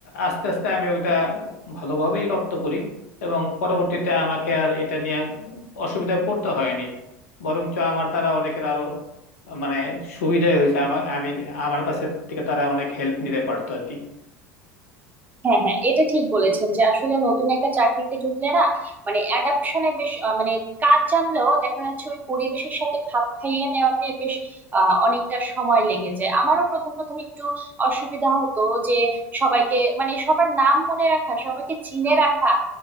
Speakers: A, on the left; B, on the right.
A: আস্তে আস্তে আমি ওটা ভালোভাবেই রপ্ত করি এবং পরবর্তীতে আমাকে আর এটা নিয়ে অসুবিধায় পড়তে হয়নি বরঞ্চ আমার দ্বারা অনেকের আরো মানে সুবিধাই হয়েছে আমার আমি আমার কাছে থেকে তারা অনেক হেল্প নিতে পারতো আর কি
B: হ্যাঁ হ্যাঁ এটা ঠিক বলেছেন যে আসলে নতুন একটা চাকরিতে ঢুকলে না মানে অ্যাডাপশনে বেশ আহ, মানে কাজ জানলেও দেখা যাচ্ছে ওই পরিবেশের সাথে খাপ খাইয়ে নেওয়াতে বেশ আহ, অনেকটা সময় লেগে যায় আমারও প্রথম প্রথম একটু অসুবিধা হতো যে সবাইকে মানে সবার নাম মনে রাখা সবাইকে চিনে রাখা